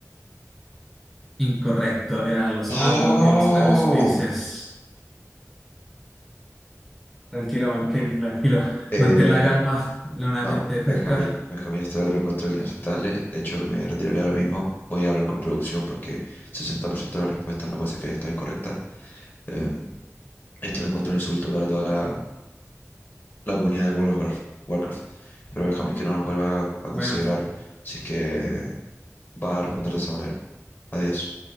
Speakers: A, in the centre; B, on the left (about 40°).
A: Incorrecto, eran los
B: ¡No!
A: Aldor y los Aruspices. Tranquilo, Martín, tranquilo.
B: Eh,
A: Mantén la calma, la una
B: No,
A: mente
B: Benjamín,
A: fresca.
B: Benjamín, esto lo encuentro inaceptable. De hecho, me retiraré ahora mismo. Voy a hablar con producción porque 60% de las respuestas no puede ser que haya estado incorrecta. Em, esto lo encuentro un insulto para toda la, la comunidad de World of Warcraft, Warcraft. Pero Benjamín, que no nos vuelva a, a considerar
A: Bueno.
B: si es que va a responder de esa manera. Adiós.